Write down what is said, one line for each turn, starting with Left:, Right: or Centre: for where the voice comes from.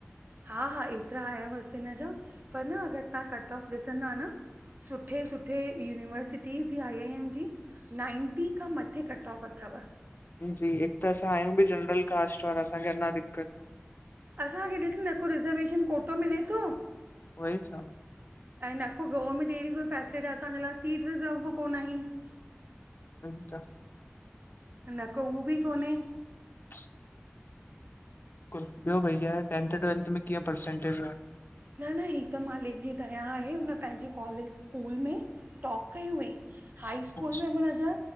Right: हा हा एतिरा आया हुअसि हिनि जा, पर न अगरि तव्हां कट ऑफ ॾिसंदा न? सुठे सु सुठे यूनिवर्सिटीज़ जी आइआइएम जी नाइंटी खां मथे कट ऑफ अथव।
Left: जी हिकु त असां आहियूं बि जनरल कास्ट वारा, असांखे अञां दिक़्कत
Right: असांखे ॾिस न, को रिजर्वेशन कोटो मिले थो
Left: वही चवा
Right: ऐं न को गवर्नमेंट अहिड़ी कोई फैसिलिट, असांजे लाइ सीट रिजर्व बि कोन हीन। <inaudible>
Left: अच्छा <unintelligible>
Right: न को उह बि कोन्हे।
Left: श् <inaudible> कुछ ॿियो भईया, टेंथ ट्वेलथ मे कीअं परसेंटेज आई?
Right: न- न, ही त मालिक जी दया आहे, हुन पंहिंजे कॉलेज स्कूल में- टॉप कई हुअंईं। हाई स्कूल
Left: अच्छा
Right: में बि हुनजा